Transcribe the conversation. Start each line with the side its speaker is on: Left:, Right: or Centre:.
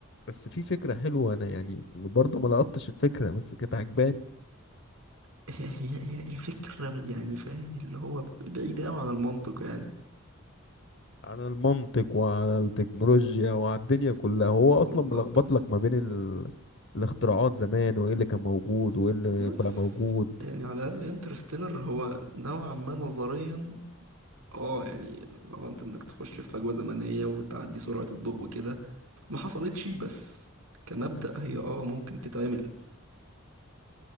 Left: بس في فكرة حلوة انا يعني برضو ما لقطتش الفكرة بس كانت عجباني
Right: <laughs> هي هي هي الفكرة م- يعني فاهم اللي هو بعيدة أوي عن المنطق يعني
Left: على المنطق وعلى التكنولوجيا وعلى الدنيا كلها هو
Right: بالظبط
Left: اصلا ملخبط لك ما بين ال... الاختراعات زمان وايه اللي كان موجود وايه اللي
Right: بس
Left: بقى موجود
Right: يعني على الأقل انترستيلر هو نوعا ما نظريا اه يعني لو انت انك تخش في فجوة زمنية وتعدي سرعة الضوء وكده ما حصلتش بس كمبدأ هي اه ممكن تتعمل